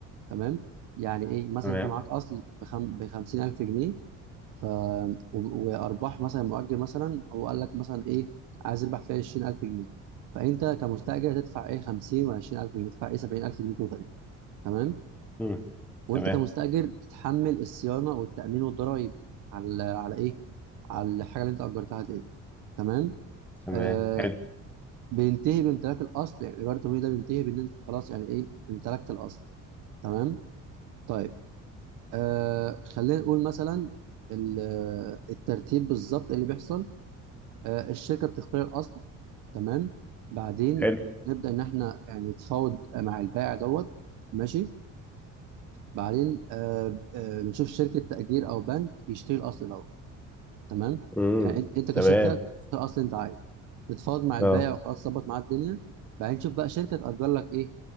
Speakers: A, on the right; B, in the centre.
A: تمام يعني ايه مثلا
B: تمام
A: انت معاك اصل بخم... ب 50000 جنيه ف و- وارباح مثلا مؤجر مثلا هو قال لك مثلا ايه عايز يربح فيها 20000 جنيه فانت كمستاجر تدفع ايه 50 و20000 جنيه تدفع ايه 70000 جنيه توتال يعني تمام
B: مم.
A: وانت
B: تمام
A: كمستاجر تتحمل الصيانه والتامين والضرايب على على ايه على الحاجه اللي انت اجرتها دي تمام
B: تمام
A: آه
B: حلو
A: بينتهي بامتلاك الاصل يعني ايجار التمويل ده بينتهي بان انت خلاص يعني ايه امتلكت الاصل تمام طيب آه خلينا نقول مثلا ال- آه، الترتيب بالظبط إيه اللي بيحصل آه الشركه بتختار الاصل تمام بعدين
B: حلو
A: نبدا ان احنا يعني نتفاوض مع البائع دوت ماشي بعدين آه آه نشوف شركه تاجير او بنك يشتري الاصل دوت تمام
B: مم.
A: يعني انت أنت كشركه
B: تمام
A: تختار الاصل اللي انت عايزه تتفاوض مع البائع
B: أه
A: وخلاص ظبط معاه الدنيا بعدين تشوف بقى شركه تاجر لك ايه